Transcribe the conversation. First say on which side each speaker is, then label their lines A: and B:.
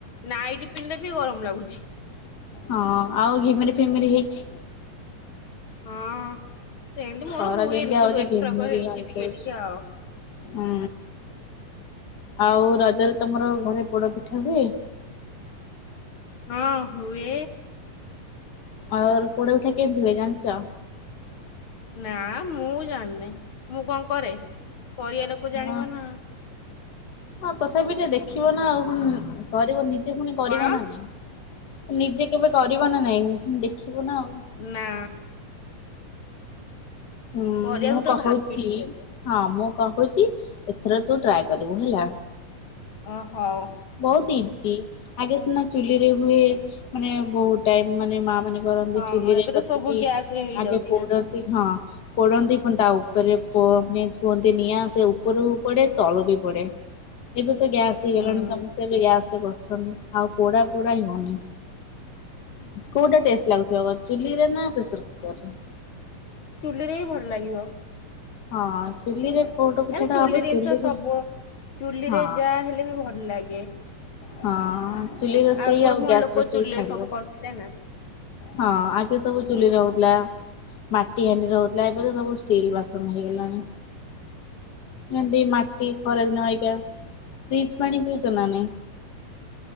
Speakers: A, on the left; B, on the left.
A: ନାଇଟି ପିନ୍ଧିଲେ ବି ଗରମ ଲାଗୁଛି
B: ହଁ ଆଉ ଘିମିରି ଫିମିରି ହେଇଛି।
A: ହଁ ସେମିତି ମୋର
B: ଖରା
A: ହୁଏନି
B: ଯେମିତିଆ
A: କିନ୍ତୁ
B: ହଉଛି
A: ଏଥରକ
B: ଘିମିରି
A: ହେଇଛି
B: ବାହାରି
A: ଟିକେ
B: ଯାଉଛି।
A: ଟିକେ ଆଉ
B: ହୁଁ ଆଉ ରଜରେ ତମର ଘରେ ପୋଡ ପିଠା ହୁଏ
A: ହଁ ହୁଏ।
B: ଆଉ ପୋଡ଼ପିଠା କେମିତି ହୁଏ ଯାଣିଛ।
A: ନା ମୁଁ ଜାଣି ନାଇ ମୁଁ କଣ କରେ କରିବା ଲୋକ
B: ହଁ
A: ଜାଣିବ ନା।
B: ହଁ ତଥାପି ଟିକେ ଦେଖିବ ନା ଆଉ କରିବ ନିଜେ ପୁଣି କରିବ
A: କଣ
B: ନା ନାଇଁ। ନିଜେ କେବେ କର ନା ନାଇଁ ଦେଖିବୁ ନା ଆଉ।
A: ନା।
B: ହଁ,
A: କରିବାକୁ
B: ମୁଁ
A: ତ
B: କହୁଛି
A: ଭାବିନି କେବେ।
B: ହଁ ମୁଁ କହୁଛି ଏଥର ତୁ ଟ୍ରାଏ କରିବୁ ହେଲା।
A: ଓହୋଉ।
B: ବହୁତ ଇଜି। ଆଗେ ସିନା ଚୁଲିରେ ହୁଏ। ମାନେ ବହୁତ ଟାଇମ ମାନେ ମା ମାନେ କରନ୍ତି,
A: ହଁ
B: ଚୁଲି
A: ଏବେ
B: ରେ ବସିକି।
A: ତ ସବୁ ଗ୍ୟାସ ରେ ହେଇଯାଉଛି
B: ଆଗେ ପୋଡନ୍ତି।
A: ନା।
B: ହଁ। ପୋଡ଼ନ୍ତି ପୁଣି ତା ଉପରେ ପ ଥୁଅନ୍ତି ନିଆଁ। ସେ ଉପରକୁ ପଡ଼େ ତଳେ ବି ପଡ଼େ। ଗ୍ୟାସ୍ ହେଇଗଲାଣି।
A: ହୁଁ
B: ସମସ୍ତେ ଏବେ ଗ୍ୟାସ କରୁଛନ୍ତି। ଆଉ ପୋଡା, ପୋଡା ହେଉନି। କୋଉଟା ଟେଷ୍ଟ ଲାଗୁଥିବ ଚୁଲି ରେ ନା ପ୍ରେସର କୁକର ରେ।
A: ଚୁଲିରେ ହିଁ ଭଲ ଲାଗିବ।
B: ହଁ ଚୁଲିରେ ପୋଡ ପିଠା
A: ଏ
B: ଟା
A: ଚୁଲି
B: ହବ
A: ଜିନିଷ
B: ଚୁଲିରେ
A: ସବୁ। ଚୁଲି
B: ହଁ
A: ରେ ଯାହା ହେଲେ ବି ଭଲ। ଭଲ ଲାଗେ।
B: ହଁ, ଚୁଲି ରୋଷେଇ
A: ଆଗରୁ
B: ଆଉ
A: ପୁଣି
B: ଗ୍ୟାସ
A: ଲୋକ
B: ରୋଷେଇ
A: ଚୁଲିରେ
B: ଛାଡିବ।
A: ସବୁ କରୁଥିଲେ ନା <unintelligible>
B: ହଁ, ଆଗେ ସବୁ ଚୁଲିରେ ହୋଉଥିଲା। ମାଟି ହାଣ୍ଡି ହୋଉଥିଲା। ଏବେ ସବୁ ଷ୍ଟିଲ ବାସନ ହେଇଗଲାଣି। ଏତି ମାଟି ଖରା ଦିନ ଆଇଗା। ଫ୍ରିଜ ପାଣି ପିଉଛ ନାଁ?